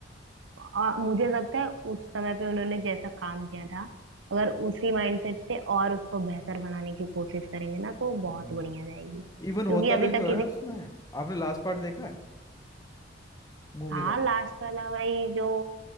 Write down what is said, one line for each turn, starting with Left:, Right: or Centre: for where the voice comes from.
Right: आ, मुझे लगता है उस समय पे उन्होंने जैसा काम किया था अगर उसी माइंडसेट से और उसको बेहतर बनाने की कोशिश करेंगे ना तो बहुत
Left: हम्म,
Right: बढ़िया रहेगी क्योंकि
Left: इवन होता
Right: अभी
Left: भी तो
Right: तक
Left: है
Right: इसे
Left: उसमें आपने लास्ट पार्ट देखा है मूवी
Right: हाँ
Left: का
Right: लास्ट वाला भाई जो